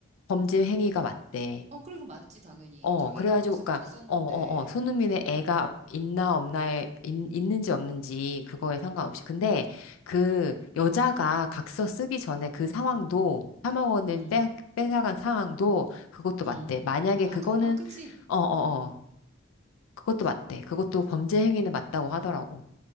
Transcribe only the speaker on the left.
범죄
행위가 맞대.
어,
그래가지고,
그니까,
어, 어, 어, 손흥민의 애가 있나 없나에, 있, 있는지 없는지, 그거에 상관없이.
근데, 그, 여자가 각서 쓰기 전에 그 상황도, 3억 원을
떼, 뺏어간 상황도, 그것도 맞대.
만약에
그거는,
어,
어, 어, 그것도 맞대. 그것도 범죄 행위는 맞다고 하더라고.